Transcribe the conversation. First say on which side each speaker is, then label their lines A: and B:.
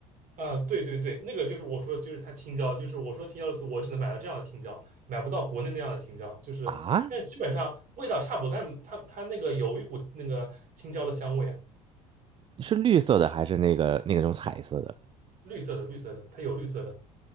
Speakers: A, on the right; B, on the right.
A: 啊、对对对，那个就是我说就是它青椒，就是我说青椒的时候，我只能买到这样的青椒，买不到国内那样的青椒，就是，
B: 啊，
A: 但是基本上味道差不多，但是它它那个有一股那个青椒的香味啊，
B: 是绿色的还是那个那个种彩色的？
A: 绿色的绿色的，它有绿色的，